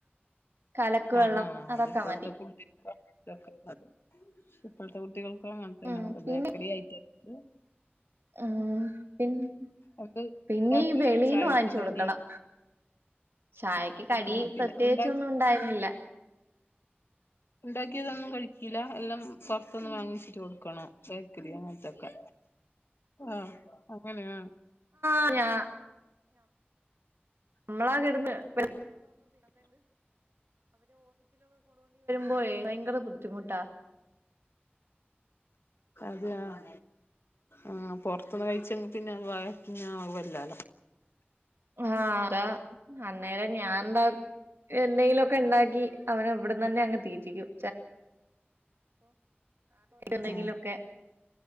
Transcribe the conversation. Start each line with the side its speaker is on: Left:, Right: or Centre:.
Right: കലക്ക്
Left: ആഹ്
Right: വെള്ളം
Left: ആഹ്
Right: അതൊക്കെ
Left: അതിപ്പഴത്തെ
Right: മതി
Left: കുട്ട്യക്കൊക്കെ <inaudible> ഇപ്പോഴത്തെ കുട്ടികൾക്ക് അങ്ങനത്തെന്ന
Right: ഉം
Left: വേണ്ടു
Right: പിന്നെ
Left: ബേക്കറി ഐറ്റംസ്
Right: ഉം പിന്നെ
Left: എന്ത്
Right: പിന്നെ
Left: ഉണ്ടാക്കി
Right: ഈ വെളീന്ന്
Left: ചായക്ക്
Right: വാങ്ങിച്ചു
Left: കടി
Right: കൊടുക്കണം ചായക്ക് കടി
Left: ആഹ് പിന്നെ
Right: പ്രത്യേകിച്ചൊന്നും
Left: ഉണ്ടാക്കി
Right: ഉണ്ടായിരുന്നില്ല
Left: ണ്ടാക്കിയതൊന്നും കഴിക്കില്ല എല്ലാം പുറത്തൊന്ന് വാങ്ങിച്ചിട്ട് കൊടുക്കണം ബേക്കറി അങ്ങനത്തൊക്കെ ആഹ് അങ്ങനെയ
Right: <unintelligible> <unintelligible> പോയ ഭയങ്കര ബുദ്ധിമുട്ടാ
Left: അതെ ആഹ് ആഹ് പൊറത്തൂന്ന് കഴിച്ചങ് പിന്നെ വയറിന് ആവല്ലോ
Right: ആഹ് അതാ അന്നേരം ഞാന്താ എന്തെങ്കിലൊക്കെ ണ്ടാക്കി അവനെ ഇവിടന്ന് തന്നെ അങ്ങ് തീറ്റിക്കും <unintelligible>
Left: ആഹ്